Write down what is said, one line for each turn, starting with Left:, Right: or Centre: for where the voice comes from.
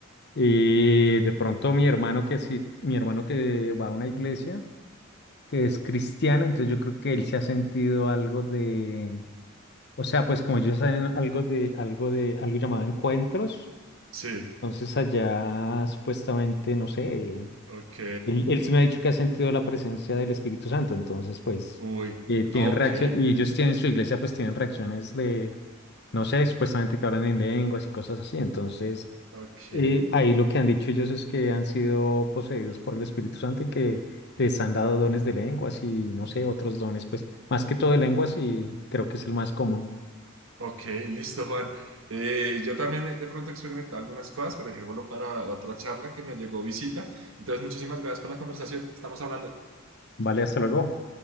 Left: Eh, de pronto mi hermano que sí, mi hermano que va a una iglesia, que es cristiano, entonces yo creo que él se ha sentido algo de, o sea, pues como ellos saben algo de, algo de, algo llamado encuentros,
Right: Sí.
Left: entonces allá supuestamente, no sé.
Right: Ok.
Left: Él, él sí me ha dicho que ha sentido la presencia del Espíritu Santo, entonces pues
Right: Uy.
Left: eh, tienen
Right: Ah, Ok.
Left: Ok. reacción, y ellos tienen su iglesia, pues tienen reacciones de, no sé, supuestamente que hablan en lenguas y cosas así, entonces
Right: Ok.
Left: eh, ahí lo que han dicho ellos es que han sido poseídos por el Espíritu Santo y que les han dado dones de lenguas y no sé, otros dones, pues más que todo de lenguas y creo que es el más común.
Right: Ok, listo, Juan. Eh, yo también he- de pronto he experimentado algunas cosas, pero dejémoslo para otra charla que me llegó visita. Entonces, muchísimas gracias por la conversación. Estamos hablando.
Left: Vale, hasta luego.